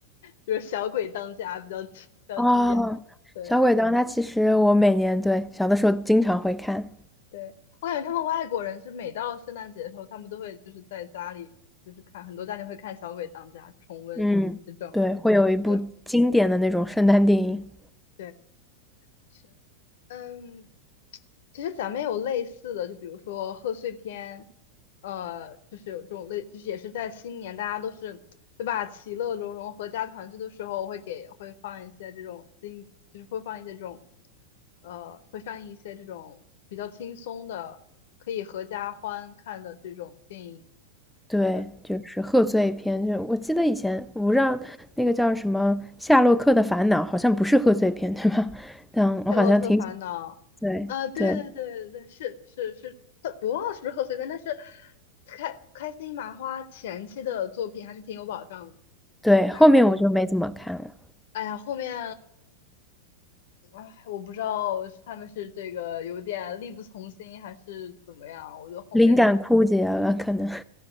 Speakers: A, on the left; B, in the centre.
A: 比如《小鬼当家》比较比较经典。
B: 哦，
A: 对
B: 小鬼当家其实我每年对小的时候经常会看，
A: 对，我感觉他们外国人是每到圣诞节的时候，他们都会就是在家里就是看，很多家庭会看《小鬼当家》重温这种。
B: 嗯，对，会有一部经典的那种圣诞电影。
A: 对对是，嗯，其实咱们有类似的，就比如说贺岁片，呃，就是有这种类，就是也是在新年，大家都是对吧？其乐融融、合家团聚的时候，会给会放一些这种经，就是会放一些这种，呃，会上映一些这种比较轻松的，可以合家欢看的这种电影。
B: 对，
A: 对。
B: 就是贺岁片。就我记得以前，我不知道那个叫什么《夏洛克的烦恼》，好像不是贺岁片，对吧？<laughs> 但我好像挺喜
A: 夏洛特烦恼》
B: 对对
A: 啊，对对对对对，是是是，特我忘了是不是贺岁片，但是开开心麻花前期的作品还是挺有保障的，
B: 对，
A: 我感觉。
B: 后面我就没怎么看了，
A: 哎呀，后面，哎，我不知道是他们是这个有点力不从心还是怎么样，我觉得后面
B: 灵感枯竭了，可能 <laughs>